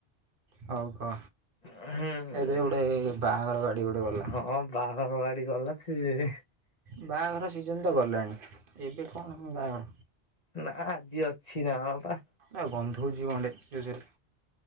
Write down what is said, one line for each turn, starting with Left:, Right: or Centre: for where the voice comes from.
Right: ହଉ କ
Left: ହୁଁ
Right: ଏବେ ଗୋଟେ ବାହାଘର ଗାଡି ଗୋଟେ ଗଲା।
Left: ହଁ ବାହାଘର ଗାଡି ଗଲା ଛିଏ
Right: ବାହାଘର ସିଜିନ୍ ତ ଗଲାଣି ଏବେ କଣ ପୁଣି ବାହାଘର।
Left: ନାଁ ଆଜି ଅଛି ନା କଣ ପା?
Right: ଆ ଗନ୍ଧଉଚି କଣଟେ ୟୁଜୁରେ।